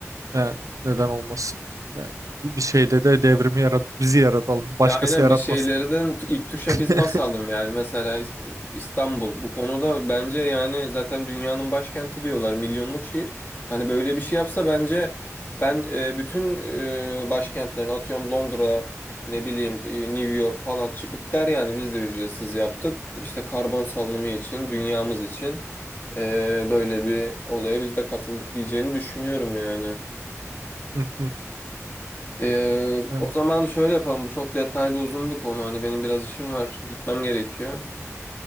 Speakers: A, on the right; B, on the left.
A: Yani neden olmasın? Yani bir bir şeyde de devrimi yarat bizi yaratalım. Başkası
B: Ya Aynen
A: yaratmasın.
B: bir şeylerden t- ilk tuşa
A: <laughs>
B: biz basalım yani mesela İs- İstanbul bu konuda bence yani zaten dünyanın başkenti diyorlar milyonluk şehir hani böyle bir şey yapsa bence ben e, bütün e, başkentlerini atıyorum Londra ne bileyim e, New York falan çıkıp der yani biz de ücretsiz yaptık işte karbon salınımı için dünyamız için e, böyle bir olaya biz de katıldık diyeceğini düşünüyorum yani.
A: Hı hı.
B: Ee,
A: Evet.
B: o zaman şöyle yapalım. Bu çok detaylı uzun bir konu. Hani benim biraz işim var. Gitmem gerekiyor.